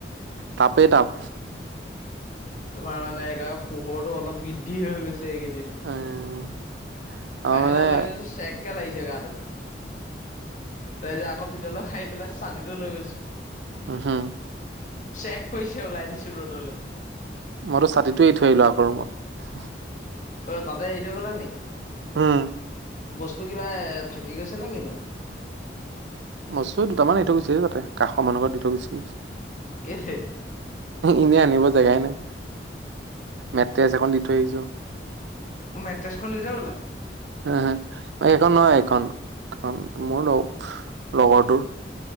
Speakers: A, on the right (about 75°); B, on the left (about 45°).
A: তাপেই তাপ
B: তোমাৰ মানে এক পোহৰটো অলপ বৃদ্ধি হৈ গৈছে এইকেইদিন
A: উম আৰু
B: বাহিৰলৈ
A: মানে
B: ওলাই গৈছো চেককে লাগিছে গাটো তাৰপিছত আকৌ ভিতৰলৈ আহি পেলা ছাতিটো লৈ গৈছো
A: উম হম
B: চেক কৰিছে ওলাই দিছো ৰ'দলৈ
A: মইতো ছাতিটোয়ে এ থৈ আহিলো আকৌ ৰুমত
B: তাতে এই থৈ গ'লা নি
A: হম
B: বস্তু কিবা থাকি গৈছে নে কিনো
A: মস্তু দুটামান দি থৈ গুচি আহিছো তাতে কাষৰ মানুহ এঘৰত দি থৈ গুচি আহিছো
B: কেলে?
A: এনে আনিব জেগাই নাই মেট্ৰেছ এখন দি থৈ আহিছো
B: মেট্ৰছখন দি থৈ গলা
A: হ হ এখন নহয় এখন কাৰ মোৰ লগ লগৰটোৰ